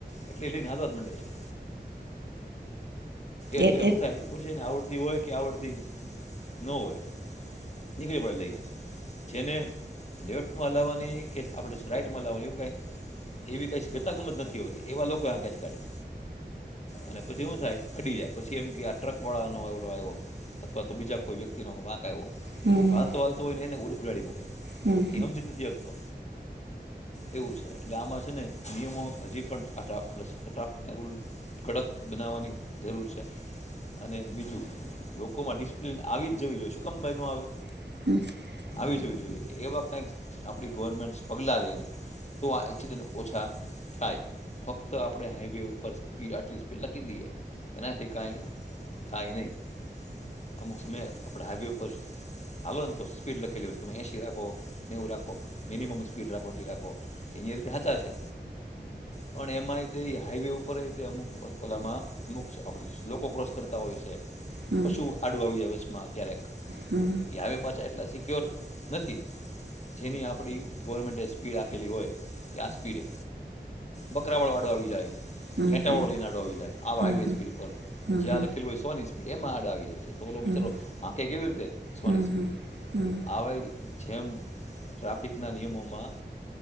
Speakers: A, on the left; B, on the right.
A: એટલે, એ લઈને, હલવાજ માંડે છે. એટલે
B: એ એ
A: હું થાય ખબર છે ને આઉટ ઈ હોય કે આવડતી, ન હોય. નીકળી પડે લઈને. જેને લેફ્ટમાં લાવવાની કે આપણે સ્પ્રઈટમાં લાવવાની એવું કઈ એવી કંઈ શ્વેતા ગમત નથી હોતી, એવા લોકો હાંકે છે ગાડી. અને પછી હું થાય અડી જાય. પછી એમ કે આ ટ્રકવાળાનો અવલો આવ્યો. અથવા તો બીજા કોઈ વ્યક્તિનો વાંક. કયવો
B: હમ
A: હાલતો હાલતો ઓય એ ને ઉરળડી મુકે.
B: હમ
A: એ હમજિજ નથી શકતો એવું છે. આમાં છે ને નિયમો હજી પણ આટલા પ્લસ આટલા <unintelligible> કડક બનાવવાની જરૂર છે. અને બીજું લોકોમાં ડિસિપિન આવી જ જવી જોઈએ શું કામ ભાઈ ન આવે.
B: <inaudible>
A: વી જોઈએ એવા કંઈક આપણી ગવર્મેન્ટ પગલાં લઈને. તો આ એક્સીદન. ઓછા થાય. ફક્ત આપડે હાઈવે પર સ્પીડ અટલી સ્પીડ લકીધીએ. એનાથી કાય. થાય નહીં અમુક સમયે આપણે હાઈવે ઉપર <unintelligible> તોષ સ્પીડ લખેલીુંય તમે એસી રાખો નેવું રાખો. મિનિમમ સ્પીડ રાખો એટલી રાખો એની રીતે હચાશે પણ એમાંય તે હાઈવે ઉપર તે અમુક પલામાં અમુક આપ લોકો ક્રોસ કરતા હોય છે.
B: હમ
A: પશું આડું આવી જાય વચમાં ક્યારેક
B: હમ
A: એ આવે પાછા ત્યોર નથી. જેની આપડી ગવર્મેન્ટે સ્પીડ આપેલી હોય, કે આ સ્પીડે બકરાવળવાળો આવી જાય.
B: હમ હમ
A: ઘેટા
B: હમ
A: વાળો લઈને આડો આવી જાય આ હાઈવે
B: હમ
A: સ્પીડ ઉપર
B: હમ
A: જ્યાં
B: હમ
A: લખેલું હોય સો ની સ્પીડ એમાં આડો આવી જાય છે, તો ઓલો
B: હમ
A: બિચારો આખે કેવી રીતે સોની
B: હમ હમ
A: સ્પીડ.
B: હમ
A: અવાય. જેમ ટ્રાફિકના નિયમોમાં